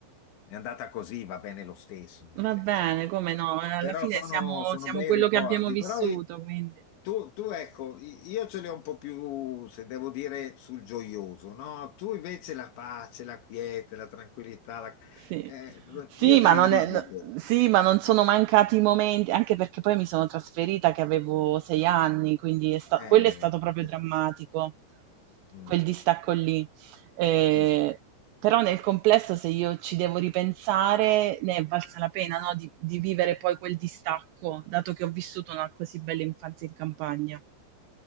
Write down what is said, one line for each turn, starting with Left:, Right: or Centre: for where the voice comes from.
Left: è andata così, va bene lo stesso, nel
Right: Va
Left: senso
Right: bene,
Left: che...
Right: come no? eh, Alla
Left: Però
Right: fine
Left: sono,
Right: siamo,
Left: sono
Right: siamo
Left: bei
Right: quello
Left: ricordi,
Right: che abbiamo vissuto,
Left: però... eh,
Right: quindi.
Left: Tu, tu, ecco, i- io ce l'ho un po' più, se devo dire, sul gioioso, no? Tu invece la pace, la quiete, la tranquillità, la-
Right: Sì.
Left: eh,
Right: Sì,
Left: io te
Right: ma
Left: li
Right: non
Left: invidio
Right: è- no-
Left: quelli.
Right: sì, ma non sono mancati momenti, anche perché poi mi sono trasferita che avevo sei anni, quindi è sta-
Left: Eh,
Right: quello è stato
Left: vedi.
Right: proprio drammatico,
Left: Mm,
Right: quel distacco lì. Eh,
Left: sì, sì.
Right: però nel complesso, se io ci devo ripensare, ne è valsa la pena, no? Di, di vivere poi quel distacco, dato che ho vissuto una così bella infanzia in campagna.